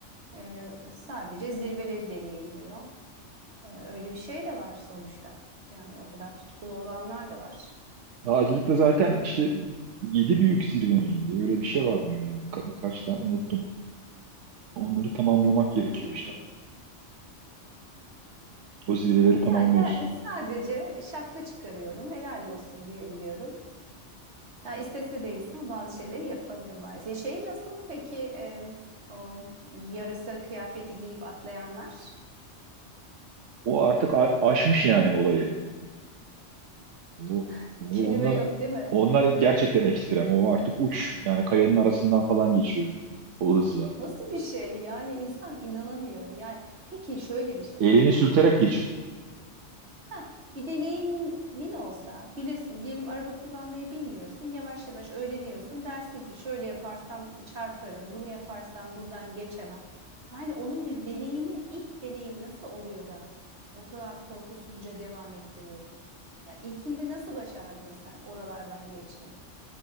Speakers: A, on the right; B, on the right.
A: E, sadece zirveleri deneyimliyor. Ee, öyle bir şey de var sonuçta. Yani o kadar tutkulu olanlar da var.
B: Dağcılıkta zaten işte yedi büyük zirve miydi? Öyle bir şey var dünyada. Ka- kaç tane unuttum. Onları tamamlamak
A: Ben
B: gerekiyor
A: de unuttum.
B: işte. O zirveleri
A: E,
B: tamamlıyorsun.
A: yani ben e, sadece şapka çıkarıyorum, helal olsun diyebiliyorum. Yani istese de insan bazı şeyleri yapamıyor maalesef. Şey nasıl? Peki e, o yarasa kıyafeti giyip atlayanlar?
B: O artık a- aşmış yani olayı. Bu,
A: <laughs>
B: bu
A: Kelime
B: onlar,
A: yok değil mi?
B: onlar gerçekten ekstrem. O artık uç. Yani kayanın arasından falan geçiyor o hızla.
A: Nasıl bir şey? Yani insan inanamıyor. Yani peki şöyle bir şey.
B: Elini sürterek geçiyor.
A: Ha, bir deneyimin olsa bilirsin diyelim araba kullanmayı bilmiyorsun yavaş yavaş öğreniyorsun dersin ki şöyle yaparsam çarparım bunu yaparsam buradan geçemem. Yani onun bir deneyimi ilk deneyimi nasıl oluyor da o kadar korkusuzca devam ettiriyorsun. Ya ilkinde nasıl başardın sen oralardan geçmeyi?